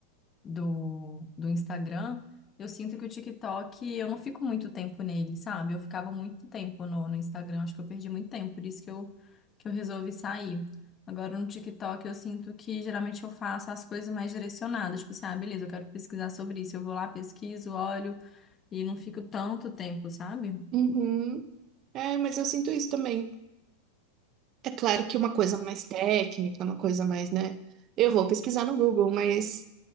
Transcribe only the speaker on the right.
Uhum. É, mas eu sinto isso também. É claro que uma coisa mais técnica, uma coisa mais, né? Eu vou pesquisar no Google, mas